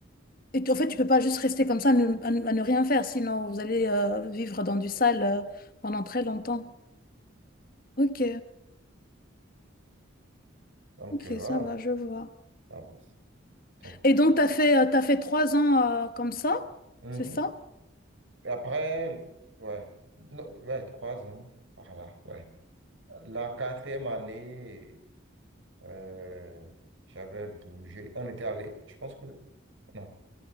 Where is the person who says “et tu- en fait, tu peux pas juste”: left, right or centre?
Left